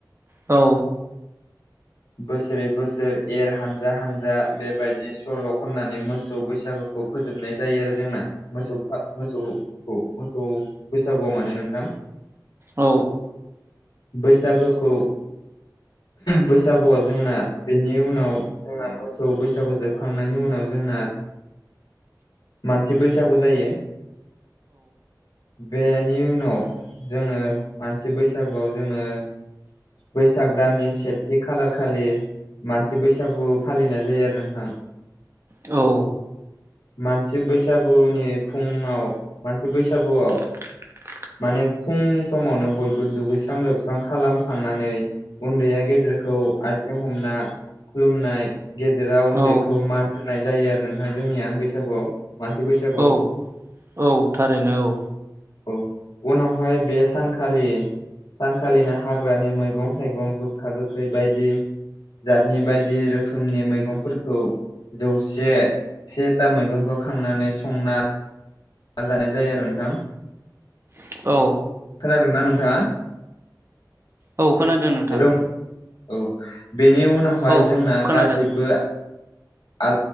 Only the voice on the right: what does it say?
औ
औ
औ
<inaudible>
औ
औ औ थारैनो औ
औ औ
औ खोनादों नोंथां
औ
खोनादों